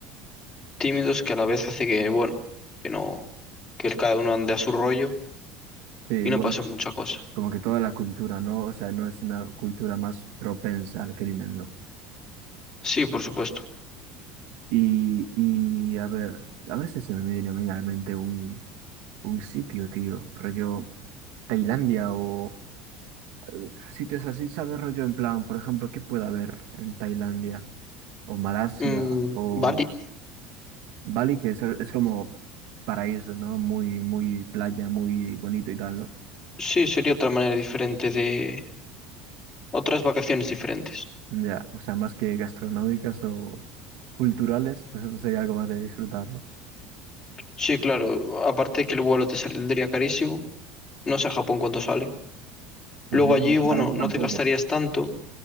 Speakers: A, on the left; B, on the right.
A: tímidos que a la vez hace que, bueno, que no, que el- cada uno ande a su rollo
B: Sí, igual,
A: y no pase mucha cosa.
B: como que toda la cultura, ¿no? O sea, no es una cultura más propensa al crimen, ¿no?
A: Sí, por supuesto.
B: Y, y a ver, a ver si se me viene a mí a la mente un, un sitio, tío, rollo Tailandia o eh, sitios así, ¿sabes? Rollo en plan, por ejemplo, ¿qué puede haber en Tailandia o Malasia
A: Mm,
B: o
A: vale.
B: Bali, que es, es como paraíso, ¿no? Muy, muy playa, muy bonito y tal, ¿no?
A: Sí, sería otra manera diferente de... Otras vacaciones diferentes.
B: Ya, o sea, más que gastronómicas o culturales, pues eso sería algo más de disfrutar, ¿no?
A: Sí, claro. Aparte de que el vuelo te saldría carísimo. No sé a Japón cuánto sale.
B: Pues
A: Luego
B: yo
A: allí,
B: no-
A: bueno,
B: barato
A: no
B: tampoco,
A: te gastarías tanto,